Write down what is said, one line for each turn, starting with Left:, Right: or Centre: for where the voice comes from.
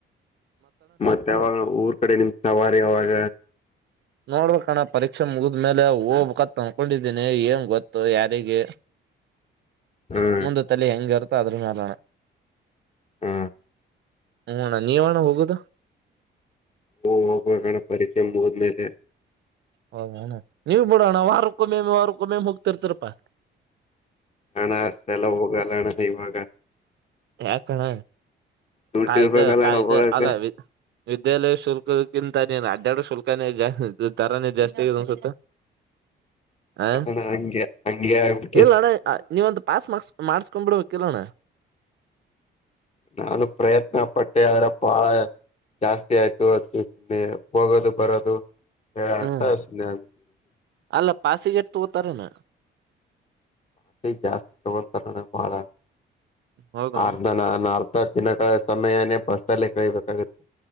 Left: ಮತ್ತೆ ಅವಾಗ ಊರ್ ಕಡೆ ನಿಮ್ದ ಸವಾರಿ ಯಾವಾಗ
Right: ನೋಡ್ಬೇಕಣ್ಣ ಪರೀಕ್ಷೆ ಮುಗಿದ್ಮೇಲೆ ಒಘಬಾಕ್ ಅಂದಕೊಂಡಿದ್ದೀನಿ ಏನ್ ಗೊತ್ತು ಯಾರಗ
Left: ಹ್ಮ್
Right: ಮುಂದ ತಲೆ ಹೆಂಗರ್ತ ಅಮೇಲಣ
Left: ಹ್ಮ
Right: ಹ್ಮ್ ಅಣ್ಣ ನೀವಣ್ಣ ಹೋಗುದು
Left: ಓ ಹೋಗ್ಬೇಕಣ ಪರೀಕ್ಷೆ ಮುಗದ್ಮೇಲೆ
Right: ಹೌದ ಅಣ್ಣ ನೀವ್ ಬಿಡೋಣ ವಾರಕ್ಕೂ ಮೇ ವಾರಕ್ಕ ಹೊ ಮಮ ಹೋಗ್ತಿರ್ತಾರಪ್ಪಾ
Left: ಅಣ್ಣ ಅಷ್ಟೆ ಎಲ್ಲ ಹೋಗಲ್ಲ ಅಣ್ಣ ಇವಾಗ
Right: ಯಾಕ ಅಣ್ಣ
Left: ದುಡ್ಡು
Right: ಕಾಯ್ದಾ
Left: ಇರ್ಬೇಕಲ್ಲಣ
Right: ಕಾಯ್ದಾ
Left: ಹೋಗಕ್ಕೆ
Right: ಅಲ್ಲ ವಿದ್ಯಾಲಯ ಶುಲ್ಕ ಎಂಥ ನೀ ಅಡ್ಡಡ್ಡು ಶುಲ್ಕನೇ ಜಾಸ್ತಿ ತಾರಾನೇ ಜಾಸ್ತಿ ಆಗಿದೆ ಅನ್ಸುತ್ತ ಹ
Left: ಅಣ ಹಂಗೆ ಹಂಗೆ ಆಗ್ಬಿಟ್ಟೆ
Right: ಇಲ್ಲ ಅಣ್ಣ ನೀವಂತ ಪಾಸ್ <unintelligible> ಮಾಡ್ಸ್ಕೊಂಡ್ ಬಿಿಡಬೇಕ ಕಲೋಣ್ಣ
Left: ನಾನು ಪ್ರಯತ್ನ ಪಟ್ಟೆ ಅ್ರ ಬಾ ಜಾಸ್ತಿ ಆಯ್ತು ಅದು ಸುಮ್ಮನೆ ಹೋಗೋದು ಬರೋದು ಹ
Right: ಹ್ಮ್
Left: ಸುಮ್ಮನೆಬೇಟೇನೆ
Right: ಅಲ್ಲ ಪಾಸಿಗೆಟ್ ತಗೋತಾರನ
Left: ಆಸೆ ಜಾಸ್ತಿ ತಗೊಳ್ತಾರಣ ಬಾಳ
Right: ಹೌದ
Left: ಆರ್ಧನ <unintelligible> ದಿನಗಳ ಸಮಯನೇ ಬಸ್ಸಲ್ಲೇ ಕಳಬೇಕಾಗುತ್ತೆ